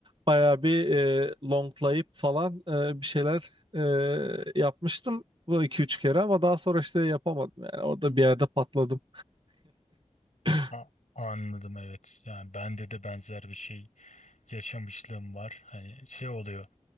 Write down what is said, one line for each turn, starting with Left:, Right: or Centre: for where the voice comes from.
Right: Bayağı bir e, longlayıp falan e, bir şeyler e, yapmıştım. Bu iki üç kere ama daha sonra işte yapamadım yani. Orada bir yerde patladım. <laughs>
Left: A- Anladım evet. Yani bende de benzer bir şey yaşamışlığım var. Hani şey oluyor.